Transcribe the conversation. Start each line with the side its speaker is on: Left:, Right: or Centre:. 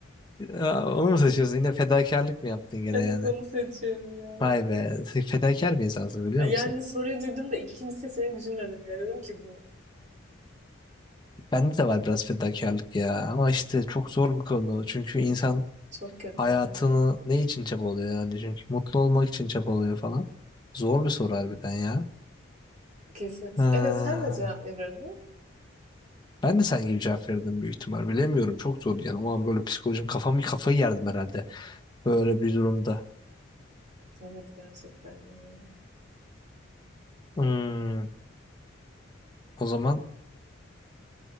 Left: Ya, onu mu seçiyorsun? Yine fedakarlık mı yaptın gene
Right: Evet
Left: yani?
Right: onu seçiyorum ya.
Left: Vay be. Sen fedakar bir insansın biliyor
Right: Ay,
Left: musun?
Right: Yani soruyu duydum da ikinci seçeneği düşünmedim ya. Dedim ki bu
Left: Bende de var biraz fedakarlık ya. Ama işte çok zor bir konu. Çünkü insan
Right: çok kötü
Left: hayatını
Right: yani.
Left: ne için çabalıyor yani? Çünkü mutlu olmak için çabalıyor falan. Zor bir soru harbiden ya.
Right: Kesin.
Left: Ha,
Right: Evet sen de cevap verirdin.
Left: Ben de sen gibi cevap verdim büyük ihtimal. Bilemiyorum. Çok zor yani. O an böyle psikolojim kafamı kafayı yerdim herhalde. Böyle bir durumda.
Right: Evet gerçekten ya.
Left: Hmm, O zaman